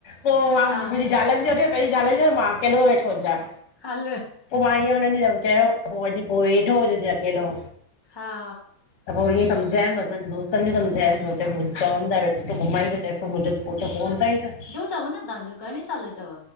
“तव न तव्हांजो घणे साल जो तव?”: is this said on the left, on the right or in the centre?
Left